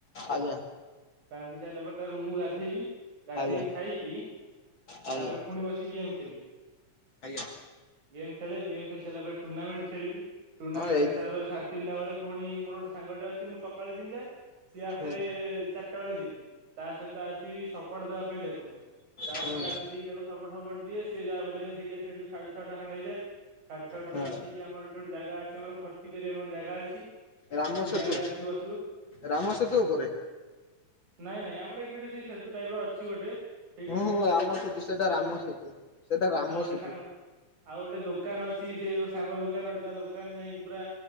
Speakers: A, on the left; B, on the right.
A: ଆଜ୍ଞା।
B: ବାନ୍ଧି ସାରିଲା ପରେ ତାପରେ ମୁଁ ଗାଧେଇବି। ଗାଧେଇକି
A: ଆଜ୍ଞା।
B: ଖାଇକି
A: ଆଜ୍ଞା।
B: ତାପରେ ପୁଣି ବସିକି ଗେମ୍ ଖେଳିବି।
A: ଆଜ୍ଞା।
B: ଗେମ୍ ଖେଳେ ଗେମ୍ ଖେଳି ସାରିଲା ପରେ ଟୁର୍ଣ୍ଣାମେଣ୍ଟ ଖେଳିବି ଟୁର୍ଣ୍ଣାମେଣ୍ଟ
A: ହଁ ଏଇ
B: ଖେଳି ସାରିଲା ପରେ ସାଢେ ତିନିଟା ବେଳେ ପୁଣି ମୋର ଗୋଟେ ସାଙ୍ଗଟେ ଅଛି ମୁଁ ସକାଳେ ଜିମ ଯାଏ ସିଏ ଆସେ
A: ହୁଁ
B: ଚାରିଟା ବେଳେ ଜିମ। ତା ସହିତ ଆସିବି ସପର୍ଟ ଦେବା ପାଇଁ ତାକୁ ତା
A: ହୁଁ
B: ସାଙ୍ଗରେ ଆସି ଦେଇକି ତାକୁ ସପଟ ଫପଟ ଦିଏ ସେ ଯାହାବି ହେଲେ ହେଇଯାଏ ସେଇଠୁ ସାଢେ ଅଠଟା ଖଣ୍ଡ ହେଇଯଏ ସାଢ଼େ ଛଅଟା
A: ହୁଁ
B: ରୁ ଆସିକି ଆମର ଏଠି ଗୋଟେ ଜାଗା ଅଛି ଖଟି କରିବା ପାଇଁ ଗୋଟେ ଜାଗା ଅଛି।
A: ରାମ
B: ସେ
A: ସେତୁ
B: ଜାଗାରେ ଆସିକି ବସିବୁ
A: ରାମ ସେତୁ ଉପରେ
B: ନାଇଁ ନାଇଁ ଆମର ଏଠି। ସେଟା ସେଇ ସେତୁ ଟାଇପ୍ ର ଅଛି ଗୋଟେ। ସେଇଟୁ
A: ହୁଁ
B: ଆସି
A: ହୁଁ
B: ଗୋଟେ ବସୁ
A: ରାମ ସେତୁ ସେଇଟା
B: ଆଉ
A: ରାମ
B: ଗୋଟେ
A: ସେତୁ ସେଇଟା ରାମ
B: ଆଉ ଗୋଟେ
A: ସେତୁ
B: ସାଙ୍ଗ। ଆଉ ଗୋଟେ ଦୋକାନ ଅଛି ସେଉ ସାଙ୍ଗ ଦୋକାନ ଗୋଟେ ଦୋକାନକୁ ଯାଇକି। ପୁରା